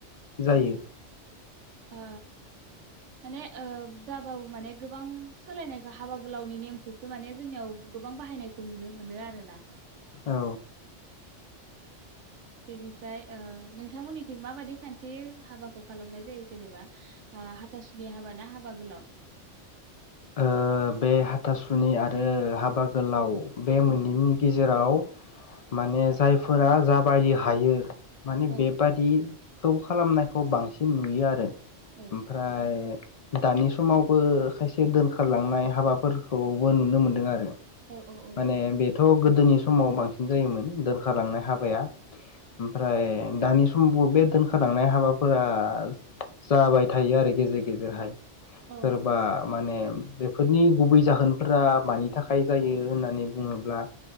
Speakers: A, on the left; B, on the right.
A: जायो?
B: ओ माने ओ जाबाबो माने गोबां सोलायनायखौ हाबा गोलावनि नेमखौसो माने जोंनियाव गोबां बाहायनायखौ नुनो मोनो आरोना
A: औ।
B: बेनिफ्राय ओ नोंथांमोननिथिं माबादि खान्थि हाबाखौ खालामनाय जायो जेनेबा हाथासुनि हाबा ना हाबा गोलाव?
A: ओ बे हाथासुनि आरो हाबा गोलाव बे
B: औ
A: मोननैनि गेजेराव माने जायफोरा जाबायदि हायो। माने
B: औ
A: बेबादि खौ खालामनायखौ बांसिन नुयो आरो।
B: औ
A: ओमफ्राय दानि समावबो खायसे से दोनखारलांनाय हाबाफोरखौबो नुनो मोन्दों आरो।
B: औ औ
A: माने बेथ' गो गोदोनि समाव बांसिन जायोमोन। दोनखारलांनाय
B: औ
A: हाबाया ओमफ्राय सम बे दोनखालांनाय हाबाफोरा जाबाय थायो आरो गेजेर गेजेरहाय।
B: औ
A: सोरबा। माने बेफोरनि गुबै जाहोनफोरा मानि थाखाय जायो होननानै बुङोब्ला